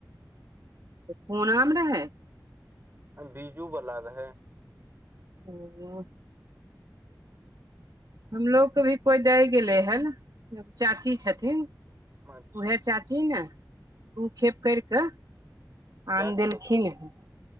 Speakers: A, on the right; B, on the right.
A: कुन आम रहै
B: बीजू बला रहै
A: हुॅं हमलोग के भी कोइ देय गेले हैन एगो चाची छथिन।
B: अच्छा
A: उहे चाची न दू खेप कैर क
B: क्या
A: आन
B: किलो
A: देलखिन
B: द
A: है